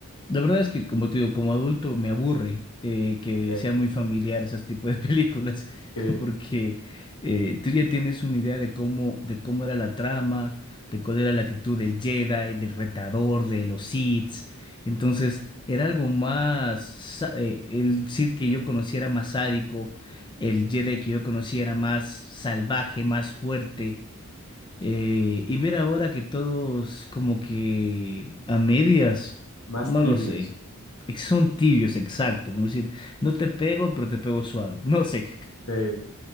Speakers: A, on the left; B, on the left.
A: La verdad es que, como te digo, como adulto me aburre eh, que
B: Eh,
A: sea muy familiar esos tipos de películas,
B: sí,
A: <laughs> porque eh, tú ya tienes una idea de cómo, de cómo era la trama, de cuál era la actitud del Jedi, del retador, de los Sith. Entonces, era algo más, sa- eh, el Sith que yo conocía era más sádico, el Jedi que yo conocía era más salvaje, más fuerte. Eh, y ver ahora que todos como que a medias,
B: más
A: no
B: tibios.
A: lo sé. Son tibios, exacto. Como decir, no te pego, pero te pego suave. No sé.
B: Sí.